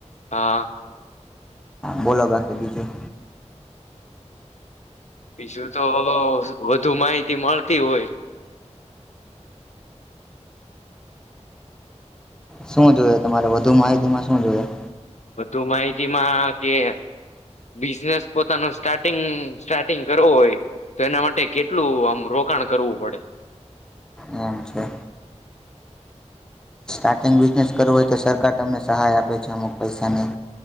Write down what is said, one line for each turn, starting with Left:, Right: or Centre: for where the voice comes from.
Left: હા
Centre: બોલો બાકી બીજું.
Left: બીજું તો વધુ માહિતી મળતી હોય. <inaudible>
Centre: શું જોયે તમારે વધુ માહિતીમાં શું જોએ?
Left: બધું માહિતીમાં કે બિઝનેસ પોતાનું સ્ટાર્ટિંગ સ્ટાર્ટિંગ કરવો હોય તેના માટે કેટલું આમ રોકાણ કરવું પડે?
Centre: એમ છે. સ્ટાર્ટિંગ બિઝનેસ કરવું હોય તો સરકાર તમને સહાય આપે છે અમુક પૈસાની.